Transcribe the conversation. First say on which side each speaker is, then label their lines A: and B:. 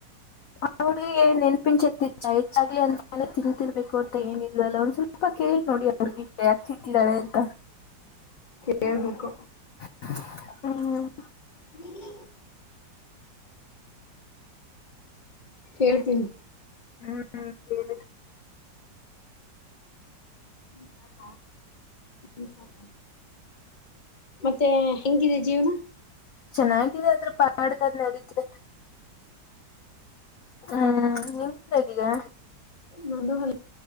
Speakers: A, on the left; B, on the left.
A: ಹ ಹುಡ್ಗ ನೆನ್ಪಿನಸತಿಚ್ಚಾ ಹೆಚ್ಚಾಗ್ಲಿ ಅಂತೇ ತಿತಿರ್ಬೇಕು ಅಂತ ಮತ್ತ ಏನಿಲ್ವ ಅಲ್ಲ ಒಂದ್ ಸ್ವಲ್ಪ ಕೇಳಿ ನೋಡಿ ಅವ್ರಿಗೆ ಯಾಕ್ತಿಿದ್ದಿದ್ದಾಳೆ ಅಂತ
B: ಕೇಳ್ಬಕು
A: ಹ್ಮ್
B: ಹ್ಮ ಕೇಳ್ತೀನಿ
A: ಹ್ಮ್ ಕೇಳೇಳ
B: ಹ ಸಾಕ ಹ ಸಾಕ ಮತ್ತೆ ಹೆಂಗಿದೆ ಜೀವನ
A: ಚೆನ್ನಾಗಿದೆ ಆದದ್ರ ಪಂಗಡಕದ್ ನಡಿದ್ರೆ ಹ್ಮ್ ನಿಮ್ದ ಹೇಗಿದೆ
B: ನಂದು ಅ